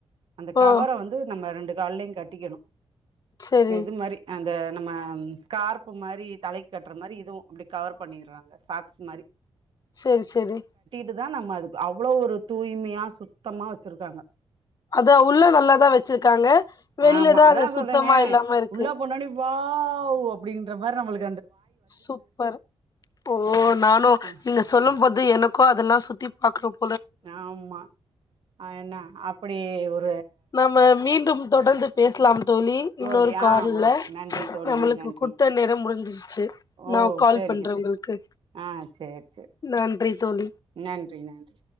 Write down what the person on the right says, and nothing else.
அந்த கவர
வந்து நம்ம ரெண்டு கால்லையும் கட்டிக்கணு
இது மாதிரி அ இந்த நம்ம ஸ்கார்பு மாரி தலைக்கு கட்ற மாரி இத் து அப்டி கவர் பண்ணிர்றாங்க சாக்ஸ் துமாரி
இதா நம்ம அதுக்கு அவ்ளோ ஒரு தூய்மையா சுத்தமா வச்சிருக்காங்க
ஆமா அதா
சொல்றேனே
உள்ள போனோனே வாவ் ஓ அப்டின்ற மாரி நம்மளுக்
அஹ்
ஆமா அதுனா அட் அப்டியே ஒர்
தோழியா
ஓகே நன்றி தோழி
நன்றி
ஓ
சரிங்க
தோழி
ஆ சரி சரி
நன்றி நன்றி